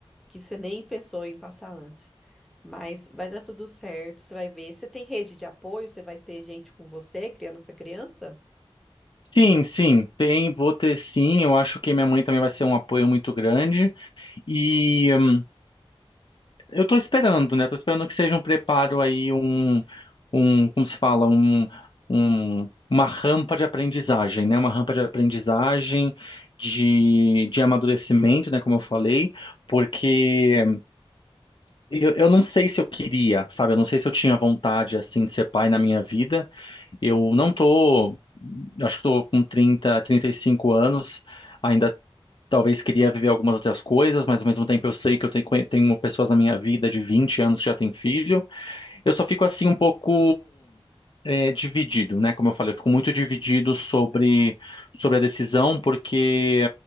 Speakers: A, in the centre; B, on the left.
A: que você nem pensou em passar antes. Mas vai dar tudo certo, você vai ver. Você tem rede de apoio, você vai ter gente com você criando essa criança.
B: Sim, sim, tem, vou ter sim. Eu acho que minha mãe também vai ser um apoio muito grande. E hum, eu tô esperando, né? Tô esperando que seja um preparo aí, um, um, como se fala, um, um, uma rampa de aprendizagem, né? Uma rampa de aprendizagem, de, de amadurecimento, né? Como eu falei, porque Eu, eu não sei se eu queria, sabe? Eu não sei se eu tinha vontade, assim, de ser pai na minha vida. Eu não tô... eu Acho que tô com trinta, trinta e cinco anos. Ainda talvez queria viver algumas outras coisas, mas ao mesmo tempo eu sei que eu tenho, tenho pessoas na minha vida de 20 anos que já têm filho. Eu só fico assim um pouco é, dividido, né? Como eu falei, eu fico muito dividido sobre, sobre a decisão, porque